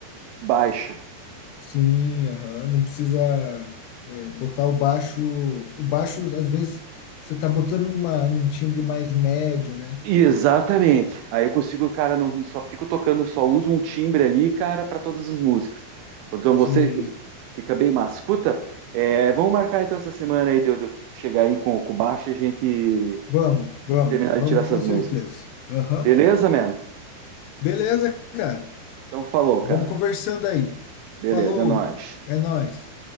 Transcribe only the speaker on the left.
Sim, aham, não precisa é, botar o baixo. O baixo, às vezes, você tá botando uma, num timbre mais médio, né?
Sim.
Vamos, vamos,
vamos
com certeza.
Aham.
Beleza, cara.
Vamos
conversando aí.
Falou,
é nóis.